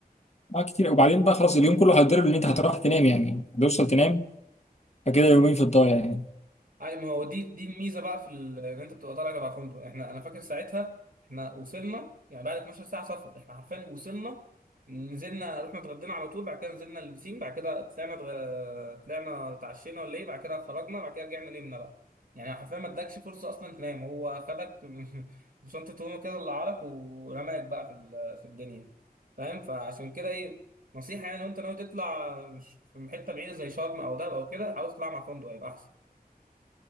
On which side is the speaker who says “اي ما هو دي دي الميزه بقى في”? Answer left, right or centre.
Right